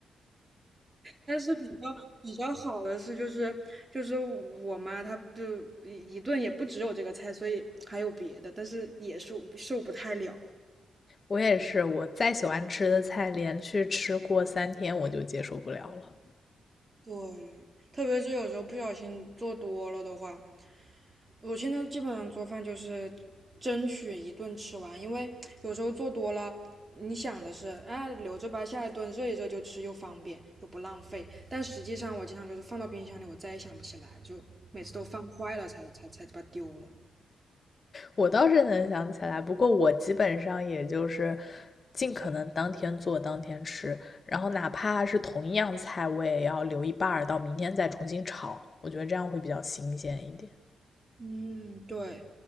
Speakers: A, on the right (about 25°); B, on the left (about 45°).
A: 但是比较比较好的是，就是就是我妈她不一一顿也不只有这个菜，所以还有别的，但是也受受不太了。
B: 我也是，我再喜欢吃的菜，连续吃过三天我就接受不了了。
A: 对，特别是有时候不小心做多了的话，我现在基本上做饭就是争取一顿吃完，因为有时候做多了，你想的是啊留着吧，下一顿热一热就吃，又方便又不浪费。但实际上我经常就是放到冰箱里，我再也想不起来，就每次都放坏了才才才把它丢了。
B: 我倒是能想起来，不过我基本上也就是尽可能当天做当天吃，然后哪怕是同一样菜，我也要留一半儿到明天再重新炒，我觉得这样会比较新鲜一点。
A: 嗯，对，